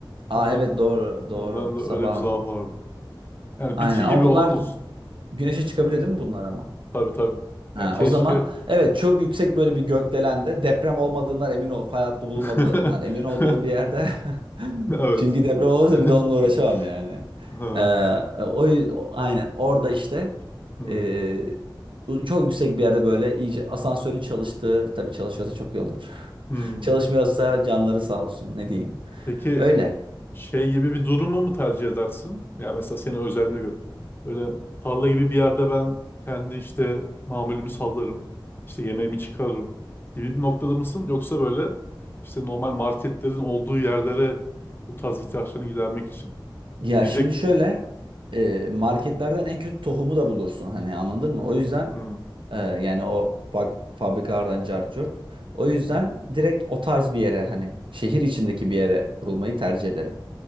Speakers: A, on the right (about 75°); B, on the left (about 25°).
A: Aa
B: Onların
A: evet doğru, doğru.
B: onların da
A: Sabah.
B: öyle bir zaafı vardı. Yani
A: Aynen
B: bitki
A: ama
B: gibi
A: bunlar
B: olan olsun.
A: güneşe çıkabiliyor değil mi bunlar ama?
B: Tabii tabii.
A: Ha,
B: Yani keşke.
A: o zaman evet çok yüksek böyle bir gökdelende deprem olmadığından emin ol. Fay hattı bulunmadığından
B: <laughs>
A: emin olduğum bir yerde. <laughs>
B: Evet.
A: Çünkü deprem olursa
B: <laughs>
A: bir de onunla uğraşamam yani.
B: Ha.
A: Ee, o, o- aynen orada işte
B: Hmm.
A: ee, bu çok yüksek bir yerde böyle iyice asansörün çalıştığı tabii çalışıyorsa çok iyi olur. <laughs>
B: Hmm.
A: Çalışmıyorsa canları sağ olsun ne diyeyim.
B: Peki
A: Öyle.
B: Şey gibi bir durumu mu tercih edersin? Ya mesela senin özeline göre. Böyle tarla gibi bir yerde ben kendi işte mamulümü sallarım. İşte yemeğimi çıkarırım gibi bir noktada mısın? Yoksa böyle işte normal marketlerin olduğu yerlere bu tarz ihtiyaçlarını gidermek için
A: Ya
B: gidecek.
A: şimdi şöyle e, marketlerden en kötü tohumu da bulursun hani anladın mı? O yüzden
B: Hmm,
A: e, yani o bak fabrikalardan cart curt. O yüzden direkt o tarz bir yere hani şehir içindeki bir yere kurulmayı tercih ederim.